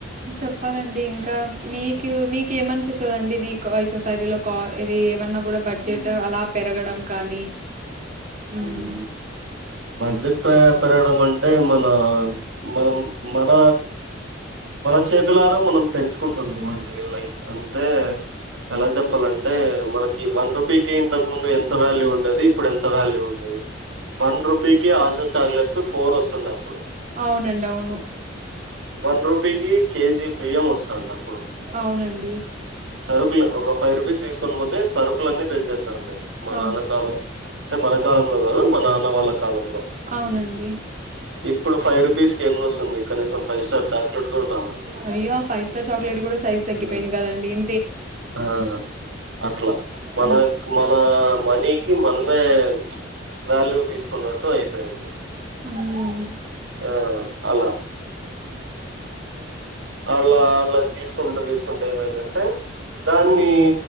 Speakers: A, on the right; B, on the right.
A: చెప్పాలండి ఇంకా మీకు మీకు ఏమనిపిస్తుందండి ఈ సొసైటీలో కా ఇవి ఏమన్నా కూడా బడ్జెట్ అలా పెరగడం కానీ హమ్
B: హ్మ్. బడ్జెట్ పెరగడం అంటే మన మనం మన మన చేతులార మనం పెంచుకుంటునం అండి లైక్ అంతే ఎలా చెప్పాలండి అంటే మనకి ఇ వన్ రూపీకి ఇంతక ముందు ఎంత వాల్యూ ఉండేది ఇప్పుడు ఎంత వాల్యూ ఉంది వన్ రూ పికి ఆశ చాక్లెట్ ఫోర్ వస్తుండ అప్పుడు
A: అవునండి అవును
B: వన్ రూపీ కి కె జి బియ్యం ఒస్తాంద్ అప్
A: అవునండి
B: సరుకులు ఒక ఫైవ్ రూపీస్ తీసుకొని పోతే సరుకులన్నీ తెచ్చేస్తా అంతే మా
A: అ
B: నాన్నకాల అంటే మన కాలంలో కాదు మన నాన్న వాళ్ళ కాలంలో
A: అవునండి
B: ఇప్పుడు ఫై రుప్ రూపీస్ కి ఏం వస్తుంది కనీసం ఫైవ్ స్టార్ చాక్లెట్ కూడా రాదండి
A: అయ్యో ఫైవ్ స్టార్ చాక్లెట్ కూడా సైజ్ తగ్గిపోయింది
B: ఆ!
A: కదండి ఇ
B: ఆ అట్లా మన
A: ఉమ్
B: మన మనీకి మనమే వాల్యూ తీసుక్ కొన్నట్టు అయిపోయింది
A: ఉమ్
B: ఆ అలా అల అట్లా తీసుకుంటూ తీసుకుంటే ఏమైందంటే దాన్ని